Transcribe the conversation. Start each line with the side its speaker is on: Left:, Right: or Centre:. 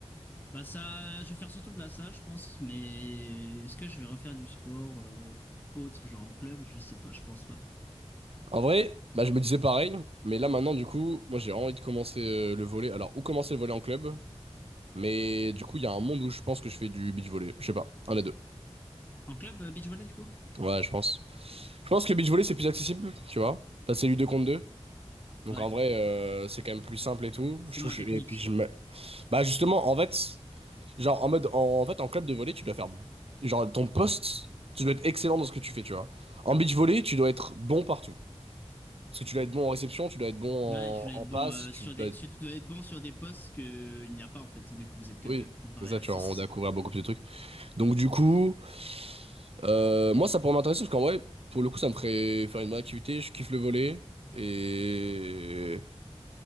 Left: Bah ça, je vais faire surtout de la salle, je pense, mais est-ce que je vais refaire du sport euh, autre, genre en club? Je sais pas, je pense pas.
Right: En vrai, bah, je me disais pareil, mais là maintenant, du coup, moi j'ai vraiment envie de commencer euh, le volley. Alors, ou commencer le volley en club, mais du coup, il y a un monde où je pense que je fais du beach volley. Je sais pas, un des deux.
Left: En club, euh, beach volley du coup?
Right: Ouais, je pense. Je pense que beach volley c'est plus accessible, tu vois. T'as c'est du 2 contre 2. Donc
Left: Ouais,
Right: en vrai, euh, c'est quand même plus simple et tout.
Left: c'est
Right: Je
Left: moins
Right: touche,
Left: technique.
Right: et puis je me. Bah justement, en fait, genre en mode, en, en fait, en club de volley, tu dois faire. Genre ton poste, tu dois être excellent dans ce que tu fais, tu vois. En beach volley, tu dois être bon partout. Parce que tu dois être bon en réception, tu dois être bon en,
Left: Ouais, tu dois
Right: en
Left: être
Right: passe,
Left: bon euh,
Right: tu
Left: sur
Right: dois,
Left: des, sur- tu dois être bon sur des postes que il n'y a pas en fait, vu que vous êtes que
Right: Oui,
Left: deux comparé
Right: c'est ça,
Left: à
Right: tu
Left: six.
Right: vas on a couvert beaucoup plus de trucs. Donc du coup, euh, moi ça pourrait m'intéresser parce qu'en vrai, pour le coup, ça me ferait faire une bonne activité, je kiffe le volet. Et,